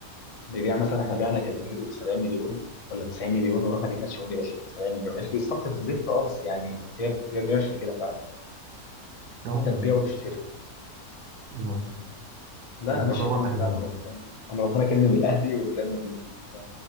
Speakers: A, on the left; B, on the right.
A: بيبيع مثلا احنا بعنا كازيميرو ب 70 مليون ولا 90 مليون ورحنا جبنا تشاوميني ب 70 مليون الصفقه الزفت اه بس يعني هي هي ماشيه كده فعلا
B: اه
A: انت تبيع وتشتري
B: آه.
A: لا
B: انت
A: انا ماشي
B: طبعا
A: الحمد لله
B: اهلاوي
A: انا ربنا انا ربنا كرمني بالاهلي والريال مدريد ف-